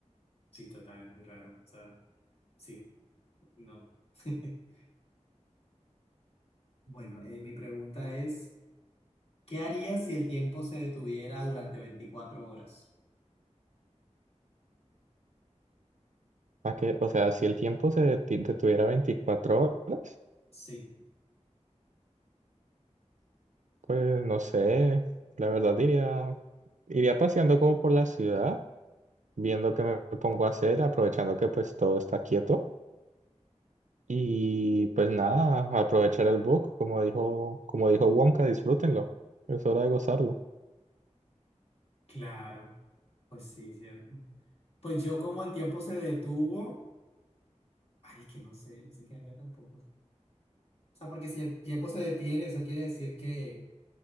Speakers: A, on the left (about 55°); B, on the right (about 85°).
A: Sí, total, es muy raro. O sea, sí, no. <laughs> Bueno, eh, mi pregunta es, ¿qué harías si el tiempo se detuviera durante 24 horas?
B: Más que, o sea, si el tiempo se deti- detuviera 24 horas,
A: Sí.
B: pues no sé, la verdad diría, iría paseando como por la ciudad, viendo qué me pongo a hacer, aprovechando que pues todo está quieto y pues nada, aprovechar el book, como dijo, como dijo Wonka, disfrútenlo, es hora de gozarlo.
A: Claro, pues sí, cierto. Pues yo como el tiempo se detuvo, ay, es que no sé, no sé qué haría tampoco. O sea, porque si el tiempo se detiene, eso quiere decir que